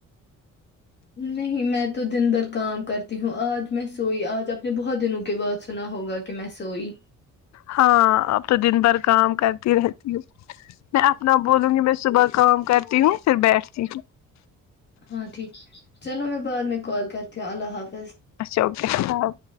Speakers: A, on the left (about 35°); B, on the left (about 65°).
A: نہیں میں تو دن بھر کام کرتی ہوں آج میں سوئی آج آپ نے بہت دنوں کے بعد سنا ہوگا کہ میں سوئی
B: ہاں اب تو دن بھر کام کرتی رہتی ہوں میں اپنا بولوں گی میں صبح کام کرتی ہوں پھر بیٹھتی ہوں
A: ہاں ٹھیک چلو میں بعد میں کال کرتی ہوں اللہ حافظ
B: اچھا اوکے السلامظ